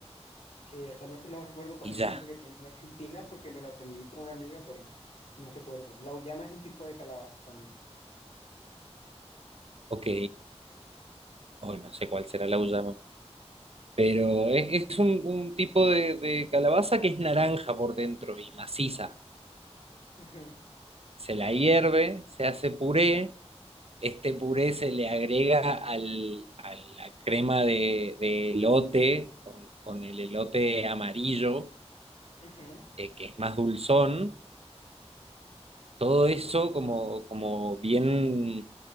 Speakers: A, on the left (about 70°); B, on the right (about 60°).
A: que realmente no recuerdo cuál
B: y
A: es
B: ya,
A: el nombre que tiene en Argentina porque me lo aprendí por una amiga, pero no recuerdo. La uyama es un tipo de calabaza también.
B: ok. Hoy no sé cuál será la uyama. Pero es, es un, un tipo de, de calabaza que es naranja por dentro y maciza.
A: Ujú,
B: se la hierve, se hace puré, este puré se le agrega al, a la crema de, de elote, con, con el elote amarillo,
A: ujú.
B: eh, que es más dulzón, todo eso como, como bien